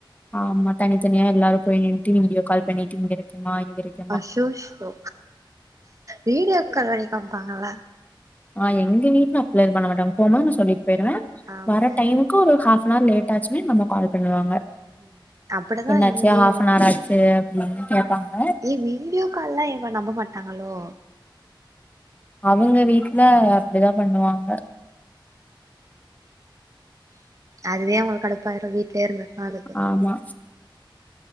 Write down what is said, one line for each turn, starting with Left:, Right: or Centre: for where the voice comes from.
Left: ஆமா தனித்தனியா எல்லாரு போய் நின்ட்டு வீடியோ கால் பண்ணிட்டு இங்க இருக்கேமா இங்க இருக்
Right: அசோஷோ வீடியோ கால்வரை காம்ப்பாங்களா
Left: ஆ எங்க வீட்ல அப்டிலா எது பண்ணமாட்டாங்க போம்போது சொல்லிட்டு போய்ருவே
Right: ஆமா
Left: வர டைம் ஒக்காரு ஆப் அ நார் லேட்டாச்சினா எங்க அம்மா கால் பண்ணுவாங்க
Right: ம் அப்படிதா
Left: என்னாச்சு
Right: இங்கேயு
Left: ஆப் அன் ஆர் ஆச்சி கே அப்டின்னு கேப்பாங்க
Right: ஏ வீடியோ கால்லா என்ன நம்ப மாட்டாங்களோ
Left: அவுங்க வீட்ல அப்டிதா பண்ணுவாங்க
Right: அதுவே அவுங்களுக்கு கடுப்பாய்டு வீட்லே இருந்திருக்கலான்டு
Left: ஆமா